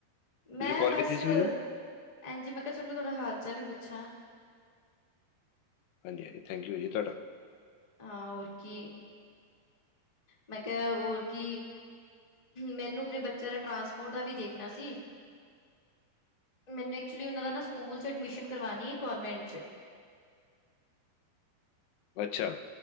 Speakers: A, on the left (about 85°); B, on the left (about 15°).
A: ਤੁਸੀਂ
B: ਮੈਂ
A: ਕਾਲ
B: ਬਸ
A: ਕੀਤੀ ਸੀ
B: ਐਜੀ
A: ਮੈਨੂੰ
B: ਮੈਂ ਕਿਹਾ ਚਲੋ ਥੋੜਾ ਹਾਲ ਚਾਲ ਹੀ ਪੁੱਛਾਂ।
A: ਹਾਂਜੀ -ਹਾਂਜੀ ਥੈਕੂ ਯੂ ਜੀ ਤੁਹਾਡਾ।
B: ਹਾਂ ਹੋਰ ਕੀ। ਮੈਂ ਕੇਆ ਹੋਰ ਕੀ‌? ਮੈਨੂੰ ਅਪਨੇ ਬੱਚੇਆਂ ਦੇ ਟਰਾਂਸਪੋਰਟ ਦਾ ਵੀ ਦੇਖਣਾ ਸੀ। ਮੈਨੂੰ ਐਕਚੁਲੀ ਓਨਾਂ ਦਾ ਨਾ ਸਕੂਲ ਚ ਐਡਮਿਸ਼ਨ ਕਰਵਾਣੀ ਏ ਕੌਨਵੈਂਟ ਚ।
A: ਅੱਛਾ।